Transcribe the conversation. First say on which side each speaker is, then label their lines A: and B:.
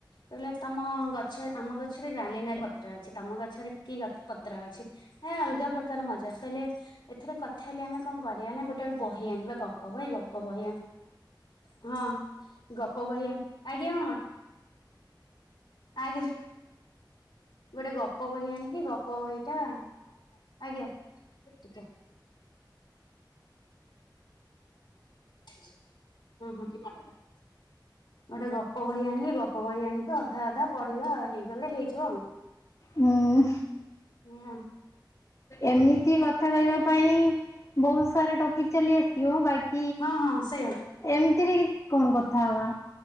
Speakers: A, on the left (about 75°); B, on the left (about 40°).
A: କହିଲ ତମ ଗଛରେ ଆମ ଗଛରେ ନାଲି ନାଲି ପତ୍ର ଅଛି ତମ ଗ ଛରେ କି ଗ ପତ୍ର ଅଛି ଏ ଅଲଗା ପ୍ରକାର ମଜା କହିଲେ। ଏଥେରେ କଥା ହେଲେ ଆମେ କଣ କରିବା ନା ଗୋଟାଏ ବହି ଆଣିବା ଗପ ବହି ଗପ ବହି ଆଣି। ହଁ ଗପ ବହି ଆଣ ଆଜ୍ଞା ମାମା। ଆଜ୍ଞା। ଗୋଟେ ଗପ ବହି ଆଣିକି ଗପ ବହି ଟା ଆଜ୍ଞା ଟିକେ। ହଁ ହଁ। ଗୋଟେ ଗପ ବହି ଆଣିକି ଗପ ବହି ଆଣିକି ଅଧା ଅଧା ପଢିବା ଆଉ ହେଇଗଲେ ହେଇଯିବ ଆଉ।
B: ହୁଁ।
A: <inaudible>
B: ଏମିତି କଥା କହିବା ପାଇଁ, ବହୁତ ସାରା ଟପିକ ଚାଲି ଆସିଥିବ। ବାକ
A: ହଁ, ହଁ, ସେଆ।
B: ଏମିତିରେ କି, କଣ କଥା ହବା?